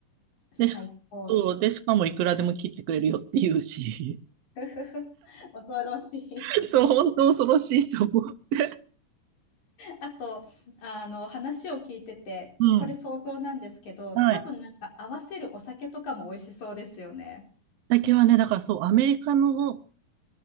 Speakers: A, on the left; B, on the right.
A: 最高です。
B: で、しそう、で、しかもいくらでも切ってくれるよって言うし。
A: <laughs> 恐ろしい。
B: <laughs> そう、本当恐ろしいと思う。
A: あと、あの、話を聞いてて、
B: うん。
A: これ想像なんですけど、
B: はい。
A: 多分なんか合わせるお酒とかも美味しそうですよね。
B: 酒はね、だからそう、アメリカの、